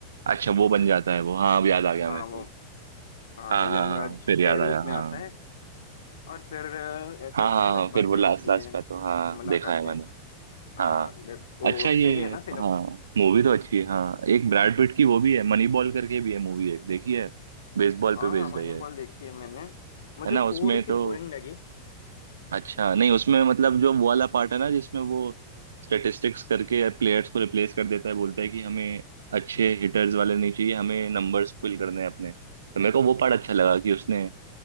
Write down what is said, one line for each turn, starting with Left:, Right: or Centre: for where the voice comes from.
Right: अच्छा वो बन जाता है वो हाँ अब याद आ गया
Left: हाँ
Right: मेरे को
Left: वो हाँ
Right: हाँ
Left: वो
Right: हाँ
Left: यमराज
Right: हाँ फिर याद
Left: के रूप
Right: आया
Left: में
Right: हाँ
Left: आता है और फिर अ, ऐसे
Right: हाँ
Left: मतलब
Right: हाँ हाँ
Left: बातें
Right: फिर वो लास्ट
Left: होती
Right: लास्ट
Left: हैं
Right: का तो हाँ
Left: मुलाकातें
Right: देखा है मैंने
Left: हाँ
Right: हाँ
Left: ले तो
Right: अच्छा ये
Left: सही है ना फिल्म
Right: हाँ मूवी तो अच्छी है हाँ एक ब्रैड पिट की वो भी है मनी बॉल करके भी है मूवी एक देखी है बेसबॉल
Left: हाँ
Right: पे बेस्ड
Left: हाँ मनी
Right: है ये
Left: बॉल देखी है मैंने मुझे
Right: है ना उसमें
Left: थोड़ी
Right: तो
Left: सी बोरिंग लगी
Right: अच्छा नहीं उसमें मतलब जो वो वाला पार्ट है ना जिसमें वो स्टेटिस्टिक्स करके प्लेयर्स को रिप्लेस कर देता है बोलता है कि हमें अच्छे हिटर्स वाले नहीं चाहिए हमें नंबर्स फिल करने हैं अपने तो मेरे को वो पार्ट अच्छा लगा कि उसने